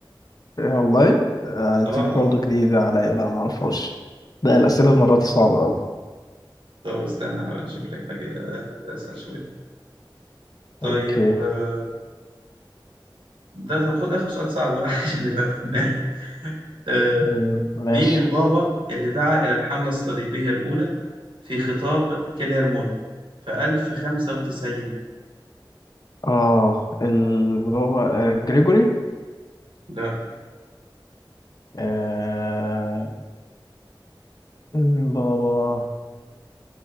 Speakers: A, on the left (about 45°); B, on the right (about 80°).
A: إيه والله آه، دي
B: اه آه،
A: برضه
B: آه.
A: جديدة عليا لا معرفهاش لا الأسئلة المرة دي صعبة أوي
B: طب استنى هحاول أشوف لك حاجة آه، أسهل شوية طيب
A: أوكي
B: آه، ده طب خد آخر سؤال صعب بقى <laughs> عشان نبقى في النار آه،
A: مم، ماشي
B: مين البابا اللي دعا إلى الحملة الصليبية الأولى في خطاب كليرمون في 1095
A: آه اللي هو آه، جريجوري
B: لا
A: آه مم، بابا